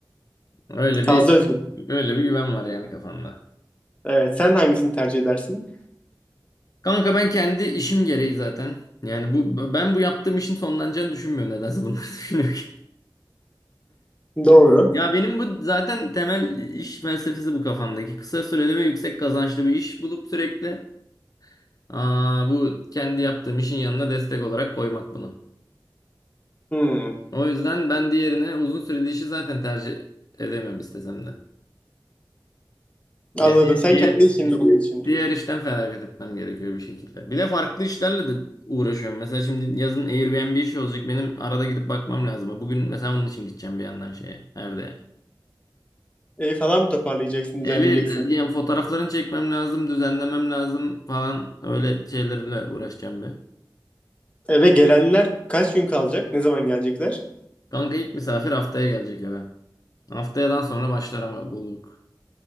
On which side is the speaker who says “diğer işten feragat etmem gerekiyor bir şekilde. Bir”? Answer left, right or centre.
Left